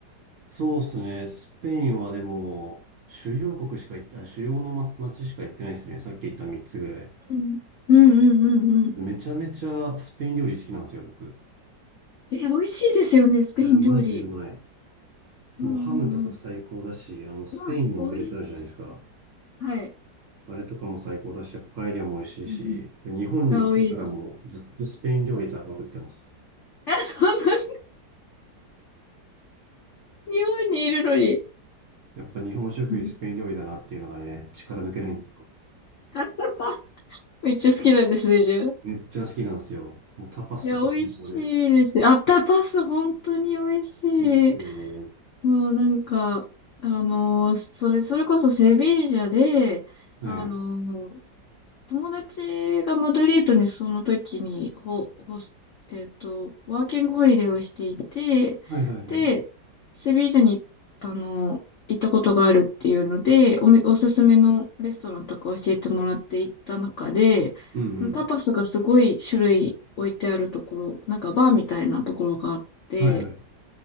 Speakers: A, on the right; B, on the left.
A: そうっすね。スペインはでも、主要国しか行った、主要のま街しか行ってないですね。さっき言った3つぐらい。
B: うん。うんうんうんうん。
A: めちゃめちゃスペイン料理好きなんですよ、僕。
B: え、美味しいですよね、スペイン料理。
A: いや、マジでうまい。
B: うんうんうん。
A: もうハムとか最高だし、あの、スペインのオムレツあるじゃないですか。
B: うわ、美味しい。はい。
A: あれとかも最高だし、パエリアも美味しいし、
B: うん
A: 日本に来てからもずっとスペイン料理食べまくってます。
B: うんあ、美味しい。あ、そんな、<laughs> 日本にいるのに。
A: やっぱ日本食よりスペイン料理だなっていうのがね、
B: うん
A: 力抜けないんですよ。
B: <laughs> めっちゃ好きなんです、水10。
A: めっちゃ好きなんですよ。もうタパスとか最高です。
B: いや、美味しいですね。アフターパス、本当に美味しい。
A: いいっすよね。
B: もうなんか、あのーそれ、それこそセビージャで、
A: はい。
B: あの友達がマドリードにその時にほ、ほ、えっと、ワーキングホリデーをしていて、
A: はいはいはい。
B: で、セビージャに、あの、行ったことがあるっていうので、おみ、おすすめのレストランとか教えてもらって行った中で、
A: うんうん。
B: タパスがすごい種類置いてあるところ、なんかバーみたいなところがあって、
A: はいはい。